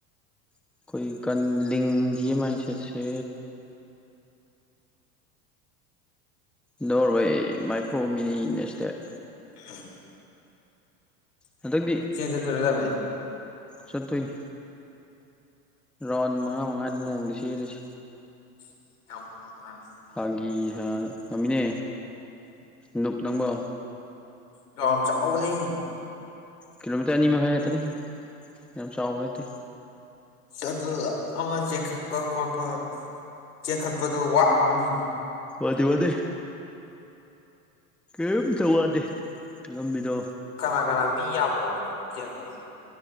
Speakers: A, in the centre; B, on the left (about 85°).
A: ꯑꯩꯈꯣꯏ ꯀꯟ ꯂꯤꯡꯗꯤꯌꯦ ꯃꯥꯏꯟ ꯁꯦꯠꯁꯦ ꯅꯣꯔꯋꯦ ꯃꯥꯏꯀ꯭ꯔꯣꯃꯤꯅꯤ ꯅꯦꯁꯇꯦꯠ
B: ꯎꯝ
A: ꯍꯟꯗꯛꯇꯤ
B: ꯆꯠꯇꯣꯔꯤꯕꯅꯦ
A: ꯆꯠꯇꯣꯏꯅꯤ ꯔꯥꯎꯟ ꯃꯉꯥ ꯃꯉꯥꯅꯤ ꯅꯣꯡꯃꯗ ꯆꯦꯜꯂꯤꯁꯤ
B: <unintelligible>
A: ꯐꯥꯒꯤ ꯁꯔꯥ ꯉꯝꯃꯤ ꯉꯝꯃꯤꯅꯦ ꯂꯨꯞ ꯅꯪꯕꯣ
B: ꯒ꯭ꯔꯥꯎꯟ ꯆꯥꯎꯕꯅꯦ
A: ꯀꯤꯂꯣꯃꯤꯇꯔ ꯑꯅꯤ ꯃꯈꯥꯏ ꯉꯥꯛꯇꯅꯤ ꯌꯥꯝ ꯆꯥꯎꯕ ꯅꯠꯇꯦ
B: ꯑꯗꯨ ꯑꯃ ꯆꯦꯟꯈꯠꯄ ꯈꯣꯠꯄ ꯆꯦꯟꯈꯠꯄꯗꯣ ꯋꯥꯕꯅꯤ
A: ꯋꯥꯗꯦ ꯋꯥꯗꯦ ꯀꯔꯤꯝꯇ ꯋꯥꯗꯦ ꯉꯝꯕꯤꯗꯣ
B: ꯀꯅꯥ ꯀꯅꯥ ꯃꯤ ꯌꯥꯝꯕ꯭ꯔꯣ ꯏꯌꯥꯝꯕ